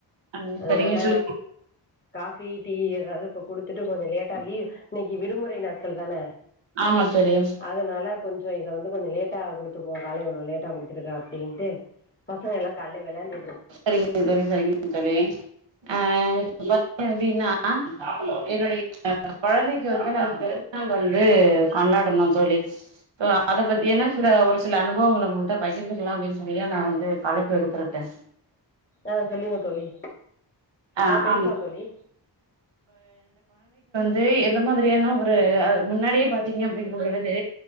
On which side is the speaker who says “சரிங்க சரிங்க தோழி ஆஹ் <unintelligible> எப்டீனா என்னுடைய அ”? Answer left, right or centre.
Right